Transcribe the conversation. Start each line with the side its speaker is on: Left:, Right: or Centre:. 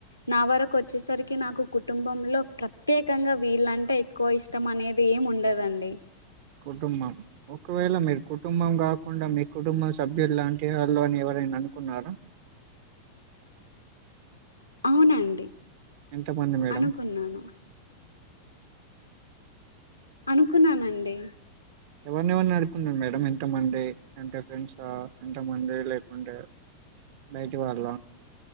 Left: నా వరకు వచ్చేస్ సరికి నాకు కుటుంబంలో ప్రత్యేకంగా వీళ్ళంటే ఎక్కువ ఇష్టం అనేది ఏమి ఉండదండి
Right: కుటుంబం ఒకవేళ మీరు కుటుంబం కాకుండా మీ కుటుంబం సభ్యులు లాంటి వాళ్ళు అని ఎవరైనా అనుకున్నారా
Left: అవునండి
Right: ఎంతమంది మేడం
Left: అనుకున్నాను అనుకున్నానండి
Right: ఎవరిని ఎవరిని అడుకున్నారుం మేడం ఎంతమంది అంటే ఫ్రెండ్స్ ఎంతమంది లేకుంటే బయటి వాళ్ళ